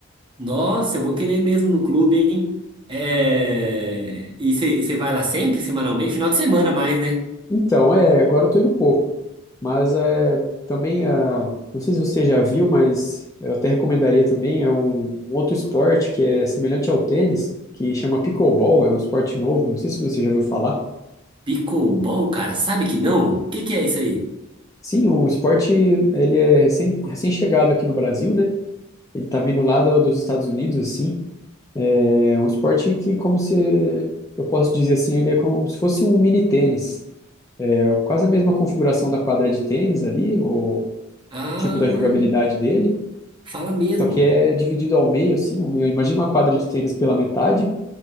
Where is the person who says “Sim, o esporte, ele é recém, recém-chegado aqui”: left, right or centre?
Left